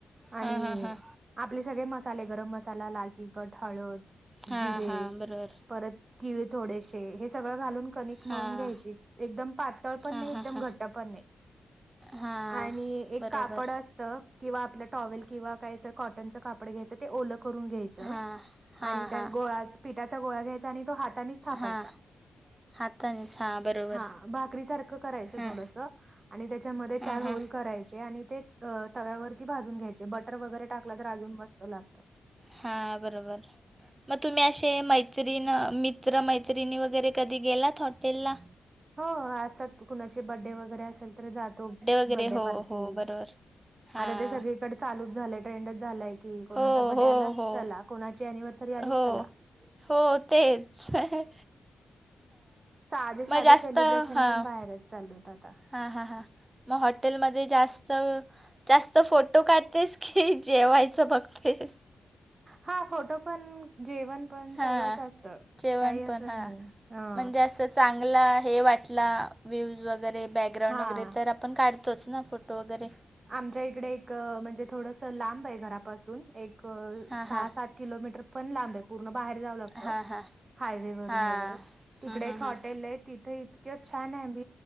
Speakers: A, on the right; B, on the right.
A: आणि
B: हां हां हां
A: आपले सगळे मसाले गरम मसाला, लाल तिखट, हळद
B: हां
A: जिरे,
B: हां बरोबर
A: परत तीळ थोडेसे. हे सगळं घालून कणीक मळून
B: हां
A: घ्यायची. एकदम पातळ पण
B: हां
A: नाही, एकदम
B: हां हां
A: घट्ट पण नाही.
B: हां
A: आणि एक
B: बरोबर
A: कापड अस त. किंवा आपलं टॉवेल किंवा काहीतर कॉटनचं कापड घ्यायचं ते ओल करून घ्यायचं.
B: हां हां
A: आणि त्या
B: हां
A: गोळा पिठाचा गोळा घ्यायचा, आणि तो हात नेच थापायचा.
B: हां हातानेच हां बरोबर
A: <inaudible> हा भाकरी सारखं करायचं
B: हां
A: थोड स. आणि त्याच्यामध्ये चार
B: हां
A: होल
B: हां
A: करायचे, आणि ते तव्यावरती भाजून घ्यायचं. बटर वगैरे टाकलं तर अजून मस्त लागत.
B: हा बरोबर. मग तुम्ही असे मैत्रिण, मित्र, मैत्रिणी, वगैरे कधी गेलात हॉटेला?
A: हो असतात कुणाचे बड्डे वगैर बड्डे असेल तर जातो,
B: वगैरे
A: बड्डे
B: हो
A: पार्टी.
B: हो बरोबर हां
A: आत्ता ते सगळे कडे चालूच झालंय ट्रेंडच झालंय की, कोणाचा
B: हो
A: बडे
B: हो
A: आला
B: हो
A: चला, कोणाची अनिव्हर्सरी आली
B: हो
A: चला.
B: हो तेच. हं हं
A: साधे साधे
B: जास्त
A: सेलिब्रेशन
B: हां
A: पण बाहेरच चालू होतं आता.
B: हां हां हां मग हॉटेलमध्ये जास्त जास्त फोटो काढतेस की जेवायचं बघतेस?
A: हा फोटो पण जेवण पण
B: हां
A: सगळंच असत
B: जेवण
A: काही अस
B: पण
A: नाही
B: हां
A: हे हा.
B: म्हणजे असं चांगला हे वाटला व्ह्यूवज वगैरे बॅकग्राउंड
A: हा
B: वगैरे तर आप पण काढतोच ना फोटो वगैरे.
A: आमच्या इकडे एक म्हणजे थोडस लांब आहे घरापासून एक सहा
B: हां हां
A: सात किलोमीटर पण लांब आहे पूरण बाहेर जाव लाग
B: हां हां
A: हाय वरुन
B: हां
A: वगैरे तिकडे
B: हं हं
A: हॉटेल
B: हं
A: तिथ किं छान अमब